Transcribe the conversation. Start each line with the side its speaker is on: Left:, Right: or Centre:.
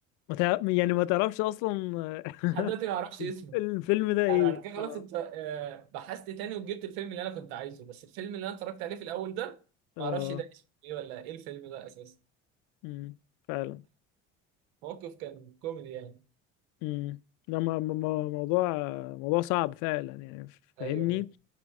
Left: ما تع... يعني ما تعرفش أصلا <laughs>
Right: لحد دلوقتي ما اعرفش اسمه
Left: الفيلم ده إيه
Right: انا بعد كده خلاص
Left: اه
Right: انت آه، بحثت تاني وجبت الفيلم اللي انا كنت عايزه بس الفيلم اللي انا اتفرجت عليه في الاول ده
Left: اه
Right: ما اعرفش ده اسمه ايه ولا ايه الفيلم ده اساسا
Left: أمم، فعلا
Right: موقف كان كوميدي يعني
Left: أمم. ده م- م- م- موضوع موضوع صعب فعلا يعني فاهمني
Right: ايوه